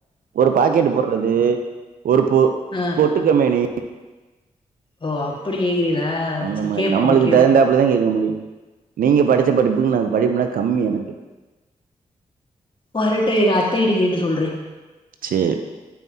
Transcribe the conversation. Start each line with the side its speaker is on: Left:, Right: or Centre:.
Right: ஒரு பாக்கெட்டு போட்றது ஒரு பொ
Left: அ
Right: பொட்டு கம்பெனி
Left: ஓ அப்டி கேக்குறீகளா
Right: அந்த
Left: செரி
Right: மாரி
Left: கேப்போ
Right: நம்மளுக்கு
Left: கேப்போ
Right: தகுந்தாப்புலதே கேக்க முடியு நீங்க படுச்ச படிப்புக்கு நாங்க படிப்புனா கம்மி எனக்கு
Left: வரட்டு எங்க அத்தகிட்ட கேட்டு சொல்றே
Right: சேர்